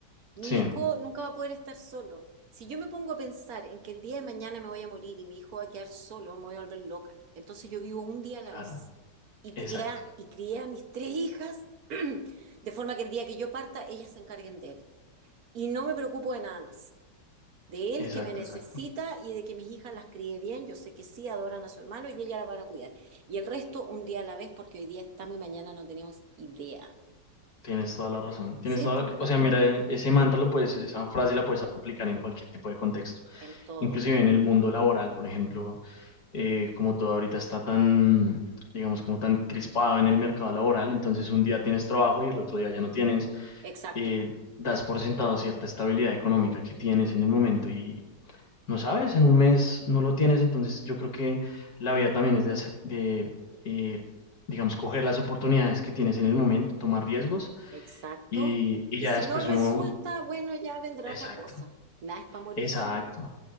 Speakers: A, on the right; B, on the left.
A: Mi
B: Sí,
A: hijo nunca va a poder estar solo. Si yo me pongo a pensar en que el día de mañana me voy a morir y mi hijo va a quedar solo, me voy a volver loca. Entonces yo vivo un día a la
B: claro,
A: vez. Y
B: exacto,
A: crié, y crié a mis tres hijas <clears throat> de forma que el día que yo parta, ellas se encarguen de él. Y no me preocupo de nada más. de él
B: exacto,
A: que me necesita
B: exacto.
A: y de que mis hijas las críe bien. Yo sé que sí adoran a su hermano y ellas las van a cuidar. Y el resto un día a la vez, porque hoy día estamos y mañana no tenemos idea.
B: Tienes toda la razón. Tienes
A: Sí,
B: toda
A: pues,
B: la- O sea, mira, eh, ese mantra lo puedes, esa frase la puedes aplicar en cualquier tipo de contexto,
A: en todo.
B: inclusive en el mundo laboral, por ejemplo, eh, como todo ahorita está tan, digamos, como tan crispado en el mercado laboral, entonces un día tienes trabajo y el otro día ya no tienes,
A: Exacto,
B: eh, das por sentado cierta estabilidad económica que tienes en el momento y no sabes, en un mes no lo tienes, entonces yo creo que la vida también es de, acep- de eh, digamos, coger las oportunidades que tienes en el momento, tomar riesgos
A: exacto.
B: y, y
A: Y
B: ya
A: si
B: después
A: no resulta,
B: uno,
A: bueno, ya vendrá
B: exacto,
A: otra cosa. Nada es para morirse.
B: exacto,